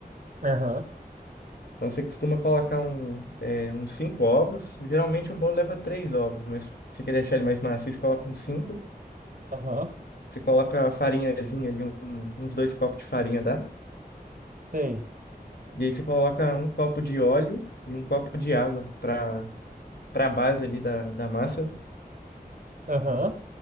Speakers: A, on the right; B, on the left.
A: Aham,
B: Então você costuma colocar um, é, uns cinco ovos. Geralmente um bolo leva três ovos, mas se você quer deixar ele mais macio, você coloca uns cinco.
A: aham,
B: Você coloca a farinhazinha ali, um- uns dois copos de farinha, dá?
A: sei.
B: E aí você coloca um copo de óleo e um copo de água para para a base ali da, da massa.
A: Aham.